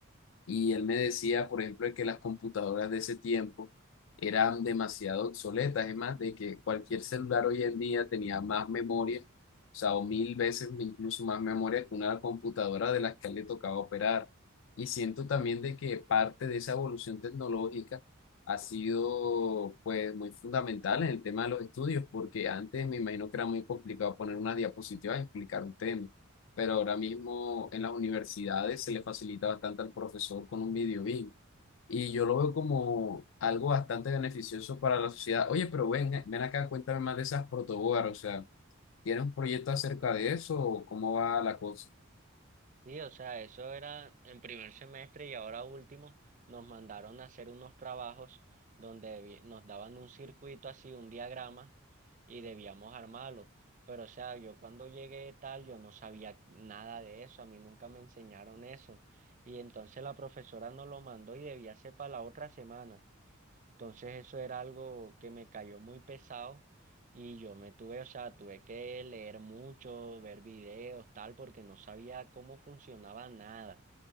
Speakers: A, on the left; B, on the right.
A: y él me decía, por ejemplo, que las computadoras de ese tiempo eran demasiado obsoletas, es más, de que cualquier celular hoy en día tenía más memoria, o sea, o mil veces incluso más memoria que una computadora de las que a él le tocaba operar. Y siento también de que parte de esa evolución tecnológica ha sido pues muy fundamental en el tema de los estudios, porque antes me imagino que era muy complicado poner una diapositiva y explicar un tema pero ahora mismo en las universidades se le facilita bastante al profesor con un video BIM. Y yo lo veo como algo bastante beneficioso para la sociedad. Oye, pero ven, ven acá, cuéntame más de esas protoboard, o sea, ¿tienes un proyecto acerca de eso o cómo va la cosa?
B: Sí, o sea, eso era en primer semestre y ahora último nos mandaron a hacer unos trabajos donde debi- nos daban un circuito así, un diagrama y debíamos armarlo. Pero o sea, yo cuando llegué tal, yo no sabía nada de eso, a mí nunca me enseñaron eso. Y entonces la profesora nos lo mandó y debía ser para la otra semana. Entonces eso era algo que me cayó muy pesado y yo me tuve, o sea, tuve que leer mucho, ver videos, tal, porque no sabía cómo funcionaba nada.